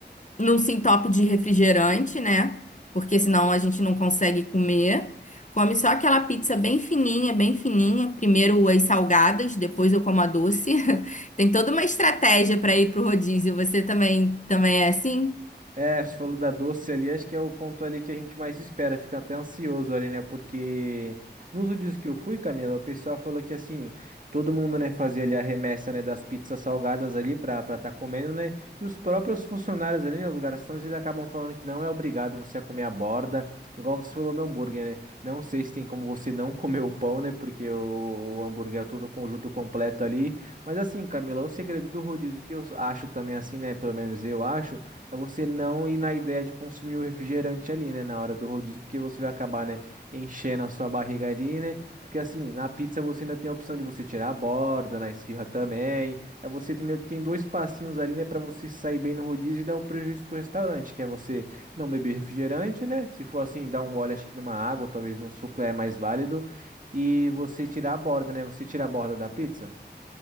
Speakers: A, on the left; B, on the right.
A: num sintope de refrigerante, né? Porque senão a gente não consegue comer. Come só aquela pizza bem fininha, bem fininha. Primeiro as salgadas, depois eu como a doce. <laughs> Tem toda uma estratégia para ir pro rodízio. Você também, também é assim?
B: É, você falou da doce ali, acho que é o ponto ali que a gente mais espera, fica até ansioso ali, né? Porque nos últimos que eu fui, Camila, o pessoal falou que assim, todo mundo, né, fazia ali a remessa, né, das pizzas salgadas ali pra pra tá comendo, né? E os próprios funcionários ali, né, os garçons, eles acabam falando que não é obrigado você a comer a borda, igual você falou do hambúrguer, né? Não sei se tem como você não <laughs> comer o pão, né? Porque o, o hambúrguer é todo o conjunto completo ali. Mas assim, Camila, o segredo do rodízio que eu acho também assim, né? Pelo menos eu acho é você não ir na ideia de consumir o refrigerante ali, né, na hora do rodízio, porque você vai acabar, né, enchendo a sua barriga ali, né? Porque assim, na pizza você ainda tem a opção de você tirar a borda, na esfirra também. Aí você tem meio que tem dois passinhos ali, né, para você sair bem no rodízio e dar o prejuízo pro restaurante, que é você não beber refrigerante, né? Se for assim, dar um gole acho que numa água, talvez num suco é mais válido. E você tirar a borda, né? Você tira a borda da pizza?